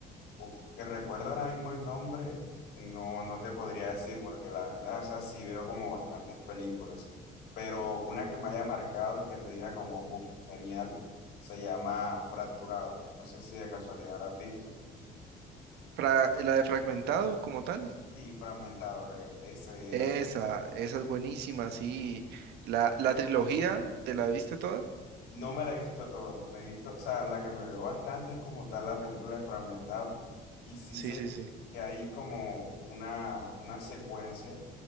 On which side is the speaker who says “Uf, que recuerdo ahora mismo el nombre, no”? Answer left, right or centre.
Left